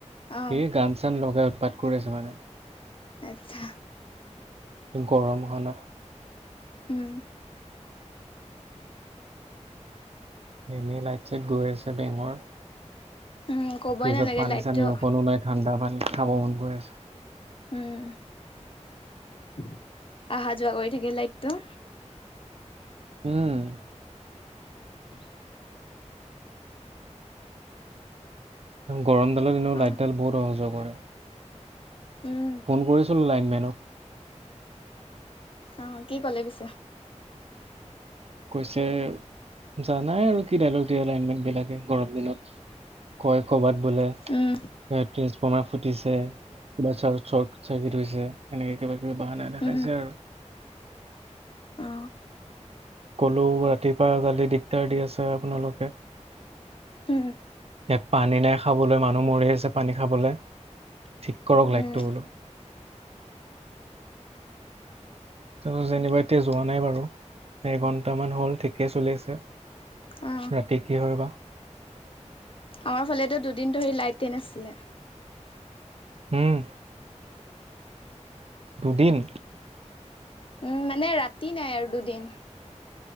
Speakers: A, on the left (about 45°); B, on the right (about 55°).
A: অ
B: এই গান চান লগাই উৎপাত কৰি আছে মানে।
A: আচ্ছা।
B: গৰম হণত।
A: উম।
B: এনেই লাইট চাইট গৈ আছে বেঙৰ
A: উম কবই
B: ফ্ৰিজত
A: নালাগে
B: পানী
A: লাইটটো
B: চানী অকণো নাই। ঠাণ্ডা পানী খাব মন গৈ আছে।
A: উম অহা যোৱা কৰি থাকে লাইটটো।
B: উম।
A: <unintelligible>
B: গৰমডালত এনেও
A: অ
B: লাইটডাল বহুত অহাজোৱা কৰে।
A: উম
B: ফোন কৰিছিলোঁ লাইনমেনক।
A: অ কি কলে বিছে।
B: কৈছে। জ নাই আৰু কি দাইল দিয়ে লাইনমেণ্ট বিলাকে গৰম দিনত। কয় কৰ'বাত বোলে
A: উম
B: <inaudible> কমে ফুটিছে কিবা চ চৰ্ট চাৰ্কিট হৈছে সনেকে কিবা কিবি বাহানা দেখাইছে
A: উম
B: আৰু।
A: অ
B: ক'লো ৰাতিপুৱা কালি দিগদাৰ দি আছে আপোনালোকে।
A: উম।
B: ইয়াত পানী নাই খাবলৈ মানুহ মৰি আছে পানী খাবলে ঠিক কৰক
A: উম
B: লাইটটো বোলো। তাপা যেনিবা এতিয়া যোৱা নাই বাৰু। এঘণ্টামান হ'ল ঠিকে চলি আছে।
A: অ
B: ৰাতি কি হয় বা?
A: আমাৰ ফালেতো দুদিন ধৰি লাইটে নাছিলে।
B: উম্ ‌ দুদিন?
A: উম মানে ৰাতি নাই আৰু দুদিন।